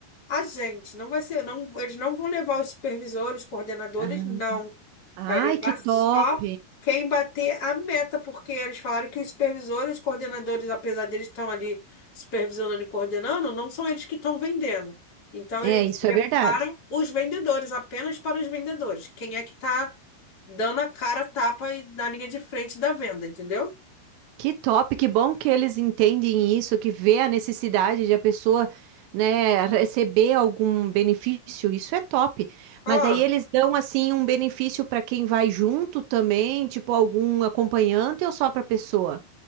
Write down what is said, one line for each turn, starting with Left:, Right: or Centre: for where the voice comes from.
Left: a gente, não vai ser, não, eles não vão levar os supervisores, coordenadores,
Right: Ah,
Left: não.
Right: Ai,
Left: Vai levar
Right: que top.
Left: só quem bater a meta, porque eles falaram que os supervisores, os coordenadores, apesar deles estão ali supervisionando e coordenando, não são eles que estão vendendo. Então,
Right: É,
Left: ele seria
Right: isso é verdade.
Left: para os vendedores, apenas para os vendedores. Quem é que está dando a cara, a tapa e na linha de frente da venda, entendeu?
Right: Que top, que bom que eles entendem isso, que vê a necessidade de a pessoa, né, receber algum benefício. Isso é top.
Left: Ó,
Right: Mas daí eles dão assim um benefício para quem vai junto também, tipo algum acompanhante ou só para pessoa?